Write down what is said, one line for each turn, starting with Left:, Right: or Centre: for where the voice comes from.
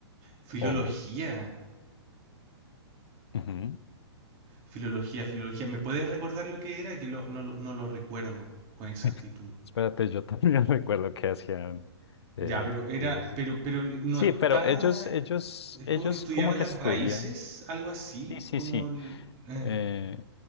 Right: Filología.
Left: o... Ujú.
Right: Filología, filología. ¿Me puedes recordar lo que era? Que lo- no, lo- no lo recuerdo con exactitud.
Left: <laughs> Espérate, yo también <laughs> recuerdo que hacían eh,
Right: Ya, pero era,
Left: ellos.
Right: pero, pero no
Left: Sí,
Right: está.
Left: pero ellos, ellos,
Right: Es
Left: ellos
Right: como que estudiaban
Left: como que
Right: las
Left: estudian.
Right: raíces, algo así,
Left: Sí, sí,
Right: como
Left: sí.
Right: el- eh,
Left: Eh,